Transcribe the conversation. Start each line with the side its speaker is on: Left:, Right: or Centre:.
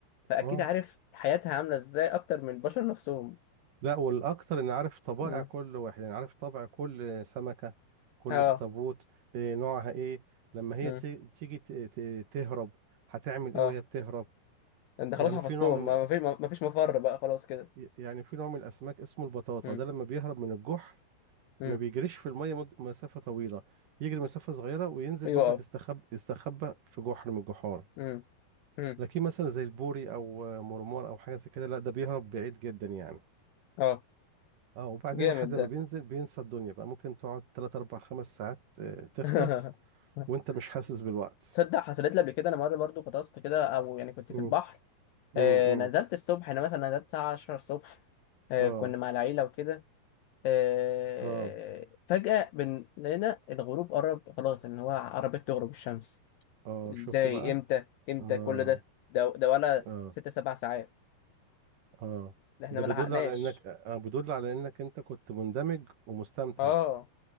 Left: فاكيد
Right: اه
Left: عارف حياتها عامله ازاي اكتر من البشر نفسهم
Right: لا والاكتر ان عارف طبائع
Left: مم.
Right: كل واحد يعني عارف طبع كل سمكة كل
Left: اه
Right: اخطبوط إيه نوعها ايه لما هي
Left: مم.
Right: تي- تيجي ت- ت- تهرب هتعمل ايه
Left: اه
Right: وهي بتهرب
Left: انت خلاص
Right: يعني
Left: حفظتهم
Right: في نوع من
Left: ما ما فيش ما ما فيش مفر بقى خلاص كده
Right: يعني في نوع من الاسماك اسمه البطاطا
Left: مم.
Right: ده لما بيهرب من الجحر
Left: مم.
Right: ما بيجريش في المية مد- مسافة طويلة يجري مسافة صغيرة وينزل
Left: يقف
Right: برضك يستخب يستخبى في جحر من الجحار
Left: امم امم
Right: لكن مثلا زي البوري او مرمار او حاجة زي كده لا ده بيهرب بعيد جدا يعني
Left: اه
Right: اه وبعدين
Left: جامد
Right: الواحد
Left: ده
Right: لما بينزل بينسى الدنيا بقى ممكن تقعد 3 4 5 ساعات آه، تختص
Left: <laughs>
Right: وانت مش حاسس بالوقت
Left: تصدق حصلت لي قبل كده انا مره برضو غطست كده او يعني كنت
Right: مم.
Left: في البحر
Right: امم
Left: آه
Right: امم
Left: نزلت الصبح انا مثلا نزلت الساعه 10 الصبح آه
Right: اه
Left: كنا مع العيله وكده آه
Right: اه
Left: فجاه بن- لقينا الغروب قرب خلاص ان هو قربت تغرب الشمس
Right: اه
Left: ازاي
Right: شفت بقى
Left: امتى امتى
Right: اه
Left: كل ده ده, ده ولا
Right: اه
Left: ست سبع ساعات
Right: اه
Left: ده احنا
Right: ده
Left: ما
Right: بيدل
Left: لحقناش
Right: على انك آه آه، بيدل على انك انت كنت مندمج ومستمتع
Left: اه